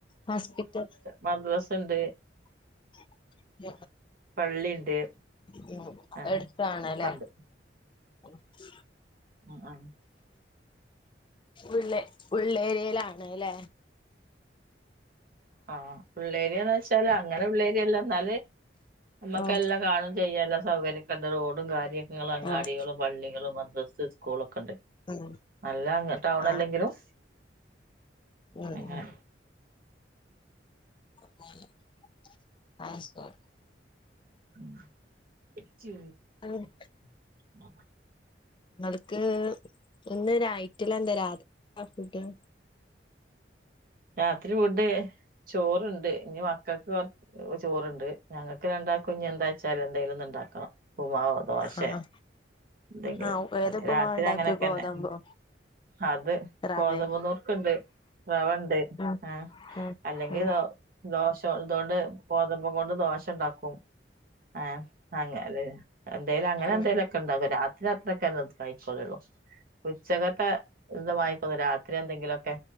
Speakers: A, on the left (about 30°); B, on the right (about 55°).
A: ഹോസ്പിറ്റൽ
B: മദ്രസ്ണ്ട്
A: <inaudible>
B: പള്ളിണ്ട്
A: ഉം ഉം
B: ആഹ്
A: <unintelligible> എടുത്താണല്ലേ
B: ഇതൊക്കെ ഉണ്ട്
A: <unintelligible>
B: ഉം ഉം
A: ഉള്ളെ ഉള്ളേരിയയിലാണ് അല്ലേ
B: ആഹ് ഉള്ളേരിയാന്ന് വെച്ചാല് അങ്ങനെ ഉള്ളേരിയല്ല എന്നാല് നമുക്ക്
A: ഉം
B: എല്ലാം കാണും ചെയ്യാം എല്ലാം സൗകര്യക്കെണ്ട് റോഡും കാര്യങ്ങളും അങ്ങാടികളും
A: ആഹ്
B: പള്ളിക മദ്രസ്സെം സ്കൂള്ക്കെണ്ട്
A: ഉം
B: നല്ല ടൗൺ
A: ആഹ്
B: അല്ലെങ്കിലും
A: ഉം
B: അങ്ങനെ
A: ഉം <unintelligible>
B: <unintelligible>
A: ആഹ്
B: <unintelligible>
A: ങ്ങൾക്ക് ഒന്ന് രായിട്ടില്ല എന്താ രാത് ഫുഡ്
B: രാത്രി ഫുഡ് ചോറ്ണ്ട് ഇനി മക്കക്ക് കൊ ചോറ്ണ്ട് ഞങ്ങൾക്ക് രണ്ടാക്കും ഇന് എന്താച്ചാല് എന്തെങ്കിലുംന്ന് ഇണ്ടാക്കണം ഉപ്പ്മാവോ ദോശയോ
A: ആഹ്
B: എന്തെങ്കിലും
A: ആഹ് ഏതുപ്പുമാ
B: അല്ലെ രാത്രി
A: ഉണ്ടാക്ക
B: അങ്ങനെയൊക്കെന്നെ
A: ഗോതമ്പോ
B: അത്
A: റവേ
B: കോതമ്പ് നുർക്കുണ്ട് റവ ഇണ്ട്
A: ഉം
B: ആ
A: ഉം
B: അല്ലെങ്കിൽ
A: ഉം
B: ദോശ ഇതൊണ്ട് ഗോതമ്പും കൊണ്ട് ദോശ ഉണ്ടാക്കും ആഹ് <unintelligible> എന്തേലും അങ്ങനെ
A: ഉം ഉം ഉം ഉം
B: എന്തേലൊക്കെ
A: ഉം ഉം
B: ഉണ്ടാക്കും രാത്രി അത്രക്കു കഴിക്കലൊള്ളൂ ഉച്ചക്കത്തെ മിതമായിക്ക രാത്രി എന്തെങ്കിലൊക്കെ